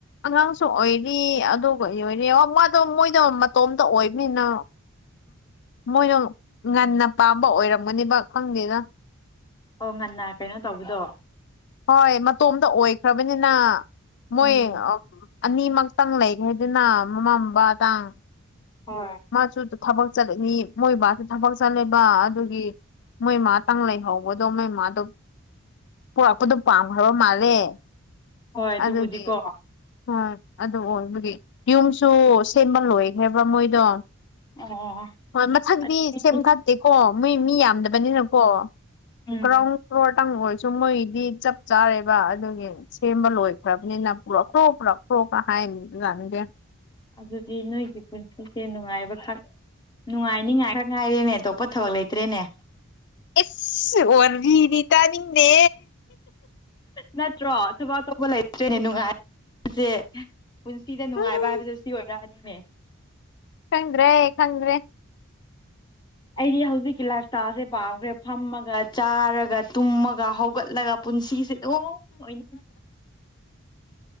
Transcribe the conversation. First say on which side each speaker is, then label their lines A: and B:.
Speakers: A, on the left; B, on the left.
A: ꯑꯉꯥꯡꯁꯨ ꯑꯣꯏꯔꯤ ꯑꯗꯨꯒ ꯑꯣꯏꯔꯤ ꯃꯥꯗꯣ ꯃꯣꯏꯗꯣ ꯃꯇꯣꯝꯇ ꯑꯣꯏꯕꯅꯤꯅ ꯃꯣꯏꯅ ꯉꯟꯅ ꯄꯥꯝꯕ ꯑꯣꯏꯔꯝꯒꯅꯦꯕ ꯈꯪꯗꯦꯅ
B: ꯑꯣ ꯉꯟꯅ ꯀꯩꯅꯣ ꯇꯧꯕꯗꯣ
A: ꯍꯣꯏ ꯃꯇꯣꯝꯇ ꯑꯣꯏꯈ꯭ꯔꯕꯅꯤꯅ ꯃꯣꯏ
B: ꯎꯝ
A: ꯑꯅꯤꯃꯛꯇꯪ ꯂꯩꯈꯦꯗꯨꯅ ꯃꯃꯥꯡꯝꯕ ꯇꯥꯡ
B: ꯍꯣꯏ
A: ꯃꯥꯁꯨ ꯊꯕꯛ ꯆꯠꯂꯅꯤ ꯃꯣꯏ ꯕꯥꯁꯨ ꯊꯕꯛ ꯆꯠꯂꯕ ꯑꯗꯨꯒꯤ ꯃꯣꯏꯃꯇꯪ ꯂꯩꯍꯧꯕꯗꯣ ꯃꯣꯏꯃꯥꯗꯣ ꯄꯔꯄꯗꯣ ꯄꯥꯝꯈ꯭ꯔꯕ ꯃꯥꯜꯂꯦ
B: ꯍꯣꯏ ꯑꯗꯨꯕꯨꯗꯤꯀꯣ
A: ꯑꯗꯨꯒꯤ ꯍꯣꯏ ꯑꯗꯨ ꯑꯣꯏꯕꯗꯤ ꯌꯨꯝꯁꯨ ꯁꯦꯝꯕ ꯂꯣꯏꯈꯕ꯭ꯔꯥ ꯃꯣꯏꯗꯣ
B: ꯑꯣ
A: ꯍꯣꯏ ꯃꯊꯪꯗꯤ
B: ꯑꯗꯨꯗꯤ
A: ꯁꯦꯝ ꯈꯛꯇꯦꯀꯣ ꯃꯣꯏ ꯃꯤ ꯌꯥꯝꯗꯕꯅꯤꯅꯀꯣ
B: ꯎꯝ
A: ꯒ꯭ꯔꯥꯎꯟ ꯐ꯭ꯂꯣꯔꯇꯪ ꯑꯣꯏꯁꯨ ꯃꯣꯏꯗꯤ ꯆꯞ ꯆꯥꯔꯦꯕ ꯑꯗꯨꯒꯤ ꯁꯦꯝꯕ ꯂꯣꯏꯈ꯭ꯔꯕꯅꯤꯅ ꯄꯨꯔꯛꯈ꯭ꯔꯣ ꯄꯨꯔꯛꯈ꯭ꯔꯣ ꯀꯍꯥꯏꯅꯤ ꯂꯅꯤꯁꯦ
B: ꯑꯗꯨꯗꯤ ꯅꯣꯏꯒꯤ ꯄꯨꯟꯁꯤꯁꯦ ꯅꯨꯡꯉꯥꯏꯕꯈꯛ ꯅꯨꯡꯉꯥꯏꯅꯤꯉꯥꯏ ꯈꯔ ꯉꯥꯏꯔꯦꯅꯦ ꯑꯇꯣꯞꯄ ꯊꯕꯛ ꯂꯩꯇ꯭ꯔꯦꯅꯦ
A: ꯑꯦꯁ ꯑꯣꯟ ꯋꯔꯤꯗꯤ ꯇꯥꯅꯤꯡꯅꯦ
B: ꯅꯠꯇ꯭ꯔꯣ ꯊꯕꯛ ꯑꯇꯧꯕ ꯂꯩꯇ꯭ꯔꯦꯅꯦ ꯅꯨꯡꯉꯥꯏ ꯁꯦ ꯄꯨꯟꯁꯤꯗ ꯅꯨꯡꯉꯥꯏꯕ
A: ꯎꯝ
B: ꯍꯥꯏꯕꯁꯦ ꯁꯤ ꯑꯣꯏꯔꯛꯑꯅꯤꯅꯦ
A: ꯈꯪꯗ꯭ꯔꯦ ꯈꯪꯗ꯭ꯔꯦ
B: ꯑꯩꯗꯤ ꯍꯧꯖꯤꯛꯀꯤ ꯂꯥꯏꯞ ꯏꯁꯇꯥꯏꯜꯁꯦ ꯄꯥꯝꯈ꯭ꯔꯦ ꯐꯝꯃꯒ ꯆꯥꯔꯒ ꯇꯨꯝꯃꯒ ꯍꯧꯒꯠꯂꯒ ꯄꯨꯟꯁꯤꯁꯦ ꯑꯗꯨꯝ ꯑꯣꯏꯅꯤ